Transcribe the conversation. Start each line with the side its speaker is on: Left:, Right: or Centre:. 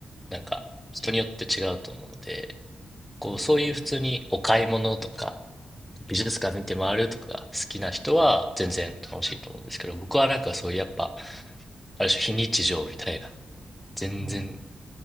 Centre: なんか、人によって違うと思うので、
Left: そうですよね。
Centre: こう、そういう普通にお買い物とか、美術館見て回るとかが好きな人は全然楽しいと思うんですけど、僕はなんかそういうやっぱ、ある種非日常みたいな、全然、
Left: うん。